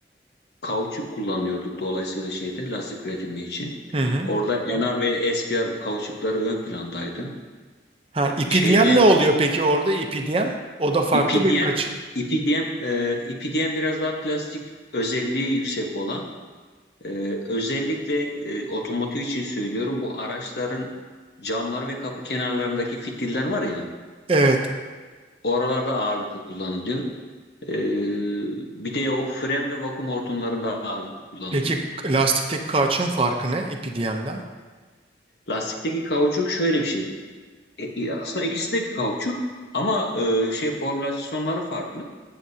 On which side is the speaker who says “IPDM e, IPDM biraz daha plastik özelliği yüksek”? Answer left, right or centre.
Left